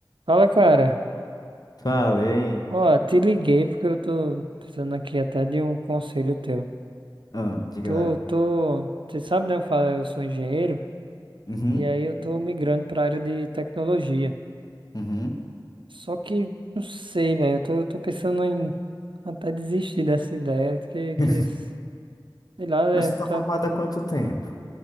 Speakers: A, on the right; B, on the left.
A: Fala, cara.
B: Fala, e aí?
A: Ó, te liguei porque eu tô precisando aqui até de um conselho teu.
B: Ah, diga
A: Tô,
B: lá.
A: tô, você sabe, né? Eu falo, eu sou engenheiro
B: Uhum,
A: e aí eu tô migrando pra área de tecnologia.
B: uhum.
A: Só que não sei, velho. Eu tô, tô pensando em até desistir dessa ideia, que, que
B: <laughs>
A: sei lá, é,
B: Mas tu
A: tá,
B: tá formada há quanto tempo?